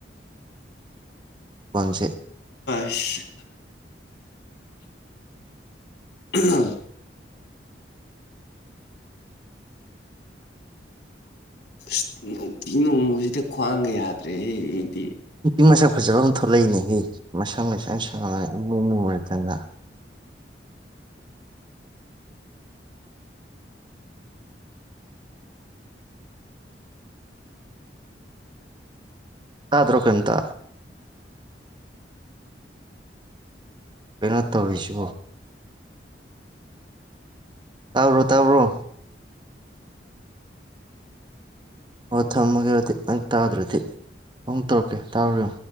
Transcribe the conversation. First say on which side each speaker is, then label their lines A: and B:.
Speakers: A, on the right; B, on the left.
A: ꯄꯨꯟꯁꯤ
B: ꯏꯁ ꯎ ꯑꯁ ꯅꯨꯡꯇꯤ ꯅꯣꯡꯕꯁꯤꯗ ꯈ꯭ꯋꯥꯡꯒ ꯌꯥꯗ꯭ꯔꯦꯍꯦ ꯑꯩꯗꯤ
A: ꯏ ꯃꯁꯛ ꯐꯖꯕ ꯑꯃ ꯊꯣꯛꯂꯛꯏꯅꯦꯍ ꯃꯁꯪ ꯂꯩꯁꯪ ꯁꯥꯡꯅ ꯏꯃꯨꯡ ꯃꯇꯗ ꯆꯥꯗ꯭ꯔꯣꯀꯇ ꯀꯩꯅꯣ ꯇꯧꯔꯤꯁꯤ ꯇꯥꯕ꯭ꯔꯣ ꯇꯥꯕ꯭ꯔꯣ ꯑꯣ ꯊꯝꯃꯒꯦꯔꯗꯤ ꯅꯪ ꯇꯥꯗ꯭ꯔꯗꯤ ꯑꯃꯨ ꯇꯧꯔꯛꯀꯦ ꯇꯥꯎꯔꯤꯨ